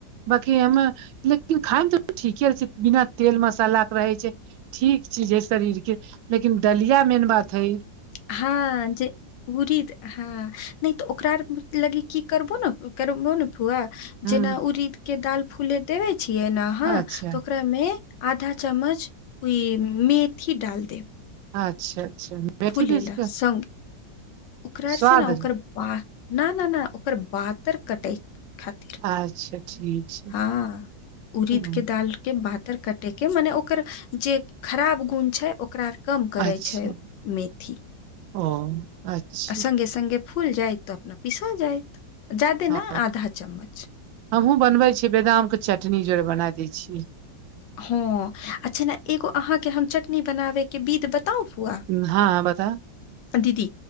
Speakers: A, on the right; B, on the left.
A: बाकि ह लेकिन खाायमे तऽ ठीके रहै छै बिना तेल मसालाक के रहै छै ठीक चीज हइ शरीरके लेकिन दलिया मेन बात हइ
B: हँ जे उरीद हँ नहि तऽ ओकरा लगी की करबो नऽ करबो नऽ फुआ
A: हूँ
B: जेना उरीदके दालि फूल देबै छियै ने अहाँ
A: अच्छा
B: तऽ ओकरामे आधा चम्मच ओहि मेथी डाल देब
A: अच्छा अच्छा मेथी
B: फूल लए
A: दिस के
B: संग ओकरारसँ
A: स्वाद
B: ने ओकर ब न न नहि ओकर बातर कटैत खातिर
A: अच्छा ठीक छै
B: हँ उरीीद
A: हूँ
B: कऽ दाल के बातर कटे के मने ओकर जे खराब गुण छै ओकरा कम करै
A: अच्छा
B: छै मेथी
A: ओ अच्छा
B: आ सङ्गे सङ्गे फूल जाइत तऽ अपना पीसा जायइत ज्यादा
A: हँ
B: नऽ आधा चम्मच
A: हमहुँ बनबै छीियै बदाम कऽ चटनी जोड़े बना दै छीियै
B: हँ अच्छा ने एगो अहाँके हम चटनी बनाबे के बिध बताउ फुआ
A: हँ बताउ
B: दीदी